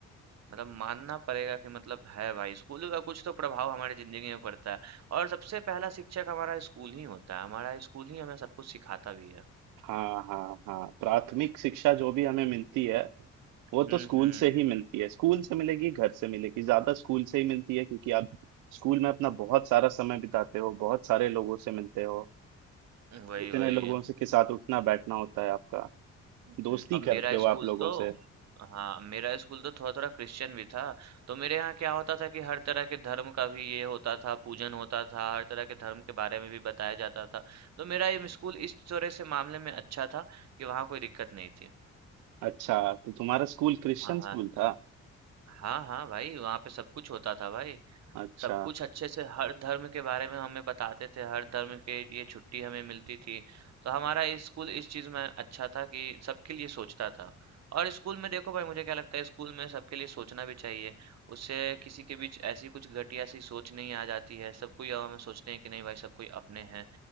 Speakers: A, on the right (about 60°); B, on the right (about 90°).
A: मतलब मानना पड़ेगा कि मतलब है भाई स्कूल का कुछ तो प्रभाव हमारी ज़िंदगी में पड़ता है। और सबसे पहला शिक्षक हमारा स्कूल ही होता है। हमारा स्कूल ही हमें सब कुछ सिखाता भी है।
B: हाँ हाँ हाँ प्राथमिक शिक्षा जो भी हमें मिलती है
A: हुँ,
B: वो तो स्कूल
A: हुँ।
B: से ही मिलती है स्कूल से मिलेगी घर से मिलेगी ज्यादा स्कूल से ही मिलती है क्योंकि आप स्कूल में अपना बहुत सारा समय बिताते हो बहुत सारे लोगों से मिलते हो
A: वही,
B: इतने
A: वही।
B: लोगों से के साथ उठना बैठना होता है आपका
A: हम्म,
B: दोस्ती
A: अब मेरा
B: करते हो
A: स्कूल
B: आप लोगों
A: तो
B: से
A: हाँ मेरा स्कूल तो थोड़ा थोड़ा क्रिश्चियन भी था तो मेरे यहाँ क्या होता था कि हर तरह के धर्म का भी ये होता था पूजन होता था हर तरह के धर्म के बारे में भी बताया जाता था तो मेरा ये स्कूल इस तरह से मामले में अच्छा था कि वहाँ कोई दिक्कत नहीं थी
B: अच्छा तो तुम्हारा स्कूल क्रिश्चियन
A: हाँ हाँ
B: स्कूल था
A: हाँ हाँ भाई वहाँ पे सब कुछ होता था भाई
B: अच्छा
A: सब कुछ अच्छे से हर धर्म के बारे में हमें बताते थे हर धर्म के लिए छुट्टी हमें मिलती थी तो हमारा स्कूल इस चीज़ में अच्छा था कि सबके लिए सोचता था और स्कूल में देखो भाई मुझे क्या लगता है स्कूल में सबके लिए सोचना भी चाहिए उससे किसी के बीच ऐसी कुछ घटिया सी सोच नहीं आ जाती है सब कोई हमें सोचते हैं कि नहीं भाई सब कोई अपने हैं